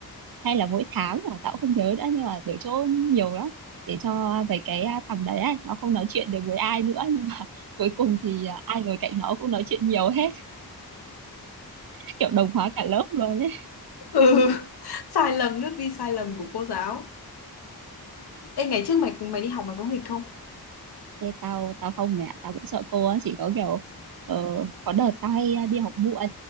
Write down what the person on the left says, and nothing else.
ừ <laughs> sai lầm nước đi sai lầm của cô giáo Ê ngày trước mày mày đi học mày có nghịch không